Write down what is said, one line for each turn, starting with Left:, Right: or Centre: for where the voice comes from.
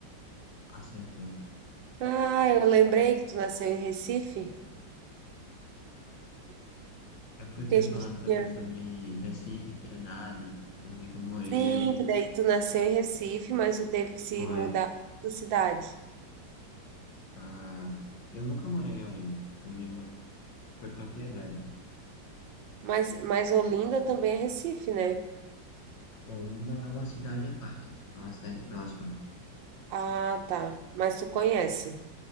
Left: Acertou.
Right: Ah, eu lembrei que tu nasceu em Recife,
Left: É porque eu tinha
Right: que a gente
Left: falado também
Right: tinha,
Left: sobre Recife, Piedade, onde que eu morei,
Right: sim,
Left: eu
Right: que daí tu nasceu em Recife, mas tu teve que se
Left: fui
Right: mudar para cidade.
Left: pra... Eu nunca morei em Olinda, eu me... mu- fui pra Piedade.
Right: Mas, mas Olinda também é Recife, né?
Left: Olinda é uma cidade à parte, é uma cidade próxima.
Right: Ah, tá. Mas tu conhece?